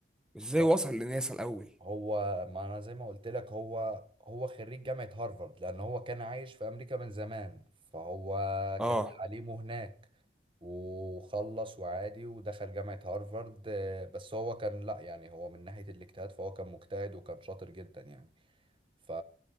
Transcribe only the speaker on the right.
لا
هو ما انا زي ما قلت لك هو هو خريج جامعة هارفارد لان هو كان عايش في امريكا من زمان فهو
كان تعليمه هناك وخلص وعادي ودخل جامعة هارفارد آه، بس هو كان لا يعني هو من ناحية الاجتهاد فهو كان مجتهد وكان شاطر جدا يعني ف